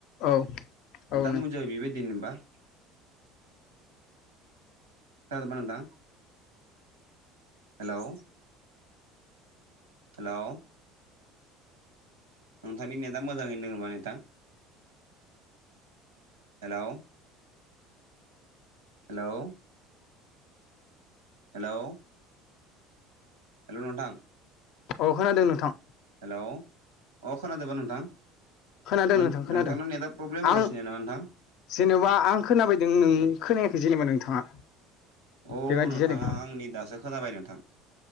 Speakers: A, on the left (about 60°); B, on the right (about 80°).
A: औ
B: नोंथांमोनजै
A: औ नों
B: बेबायदिनोबा? खोनादोंबा नोंथां हेलौ? हेलौ? नोंथांनि नेथआ मोजाङैनो दोङोबा नोंथां हेलौ? हेलौ? हेलौ? हेलौ नोंथां?
A: अ खोनादों नोंथां।
B: हेलौ? अ खोनादोबा नोंथां
A: खोनादों
B: नों
A: नोंथां खोनादों
B: नोंथांना नेटआ प्रब्लेम
A: आं
B: होगासिनो नामा नोंथां?
A: जेनेबा आं खोनाबायदों नों खोनायाखै जेनेबा नोंथाङा।
B: औ
A: बेबायदि
B: नोंथाङा
A: जादों
B: आंनि दासो खोनाबाय नोंथां।